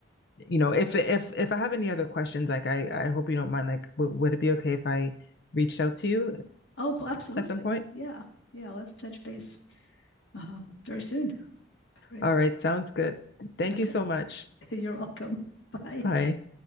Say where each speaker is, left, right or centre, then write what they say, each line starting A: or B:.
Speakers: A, on the left; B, on the left.
A: you know, if if if I have any other questions, like I I hope you don't mind. Like, w would it be okay if I reached out to you
B: well, absolutely,
A: at some point?
B: yeah, yeah. Let's touch base um, very soon. All right,
A: All right, sounds good. Thank
B: okay.
A: you so much.
B: <laughs> You're welcome. Bye.
A: Bye.